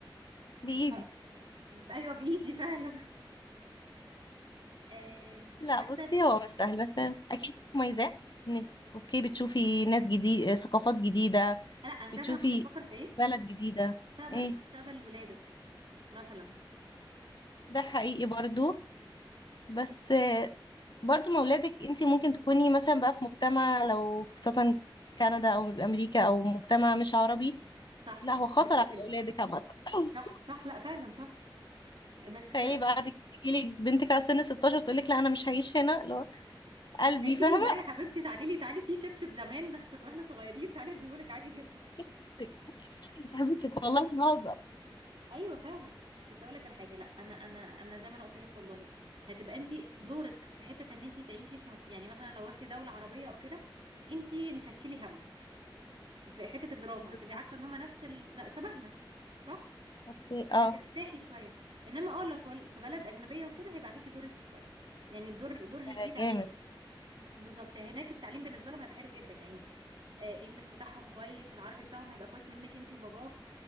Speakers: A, on the left; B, on the right.
A: بإيدي
B: آه، ايوه بايدي فعلا <laughs> آم،
A: لا
B: حتى
A: بصي
B: إن-
A: هو مش سهل بس أكيد مميزات إنك أوكي بتشوفي ناس جديد ثقافات جديدة
B: لا انا
A: بتشوفي
B: تعرف انا كنت بفكر في ايه
A: بلد جديدة
B: مستقبل
A: إيه
B: مستقبل ولادك مثلا
A: ده حقيقي برضو بس برضو ما ولادك انت ممكن تكوني مثلا بقى في مجتمع لو خاصة كندا او امريكا او مجتمع مش عربي
B: صح
A: لا هو خطر
B: بتختلف
A: على اولادك عامة <laughs>
B: صح صح لا فعلا صح بس
A: تخيلي بقى قعدت تجيلك بنتك على سن 16 تقولك لا انا مش هعيش هنا اللي هو قلبي
B: عيشي
A: فاهمة
B: مين لا يا حبيبتي تعالي لي تعالي في شبشب زمان كنا واحنا صغيرين تعالي اديهولك عادي جدا
A: <laughs> بصي بس تحبسك والله مش بهزر
B: ايوه فعلا بس اقول لك على حاجه لا انا انا انا زي ما انا قلت لك والله هتبقى انت دورك في حته ان انت تعيشي في مك... يعني مثلا لو رحتي دوله عربيه او كده انت مش هتشيلي هم في حته الدراسه
A: بالظبط
B: هتبقي عارفه ان هما نفس ال... شبهنا صح
A: اوكي
B: فهترتاحي
A: اه
B: شويه انما اه لو في في بلد اجنبيه وكده هيبقى عليكي دور انت شويه يعني الدور دور هيزيد
A: ده
B: عليكي
A: جامد
B: بالظبط هناك التعليم بالنسبه لهم هيبقى حلو جدا يعني آه، انجلش بتاعهم كويس العربي بتاعهم هيبقى كويس منك انت وباباك